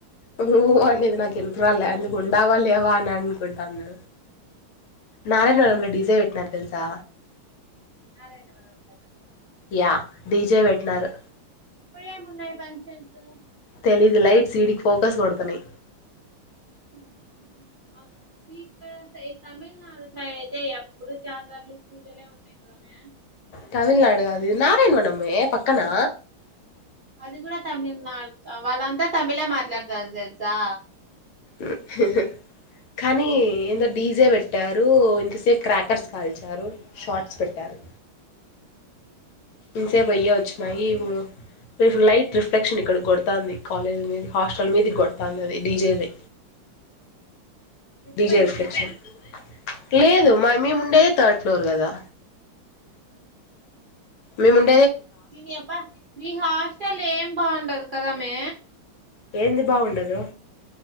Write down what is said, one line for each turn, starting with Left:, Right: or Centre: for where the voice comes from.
Left: ఉ ఉ అనేది నాకు ఇనపరాలే అందుకు ఉండావా లేవా అని అనుకుంటాన నారాయణవరం
Right: అదే
Left: లో డిజే వెట్నారు తెలుసా
Right: నారాయణ వరం లోన
Left: యా డిజే వెట్నారు
Right: ఇప్పుడేమున్నాయి ఫంక్షన్స్
Left: తెలీదు లైట్స్ ఇడికి ఫోకస్ కొడతన్నయ్
Right: ఉమ్ <unintelligible> ఈ తమిళ్ తమిళనాడు సైడ్ అయితే ఎప్పుడు జాతరలు పూజలే ఉంటాయి కదామే
Left: తమిళనాడు కాదు నారాయణవనమ్మే పక్కనా
Right: అది కూడా తమిళనాడు వాళ్ళంతా తమిళే మాట్లాడుతారు తెలుసా
Left: ఉ కానీ ఏందో డీజే పెట్టారు ఇంతసేపు క్రాకర్స్ కాల్చారు షార్ట్స్ పెట్టారు ఇంసేపు అయ్యే వచ్చినాయి ఇప్పుడు ఇప్పుడు లైట్ రిఫ్లెక్షన్ ఇక్కడకు కొడతాంది కాలేజ్ మీద హాస్టల్ మీద కొడతాంది డీజేది
Right: మిద్ది
Left: డీజే
Right: పైన
Left: రిఫ్లెక్షన్
Right: ఉన్నావా
Left: లేదు మ మేముండేదే థర్డ్ ఫ్లోర్ కదా మేముం
Right: దీని అబ్బా మీ హాస్టల్ ఏం బాగుండదు కదా మే
Left: ఏంది బాగుండదు